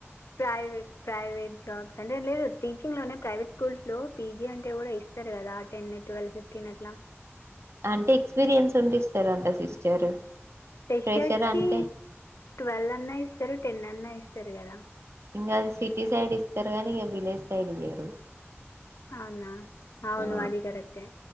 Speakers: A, on the left; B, on the right.
A: ప్రైవేట్ ప్రైవేట్ జాబ్స్ అంటే లేదు టీచింగ్ లోనే ప్రైవేట్ స్కూల్స్ లో పీజీ అంటే కూడా ఇస్తారు కదా టెన్ ట్వెల్వ్ ఫిఫ్టీన్ అట్లా
B: అంటే ఎక్స్పీరియన్స్ ఉంటే ఇస్తారంట సిస్టర్
A: ఫ్రెషర్స్
B: ఫ్రెషర్
A: కి
B: అంటే
A: ట్వెల్వ్ అన్నా ఇస్తారు టెన్ అన్నా ఇస్తారు కదా
B: ఇంకా అది సిటీ సైడ్ ఇస్తారు కానీ ఇంక విలేజ్ సైడ్ ఇయ్యరు
A: అవునా అవును
B: ఆ!
A: అదీ కరెక్టే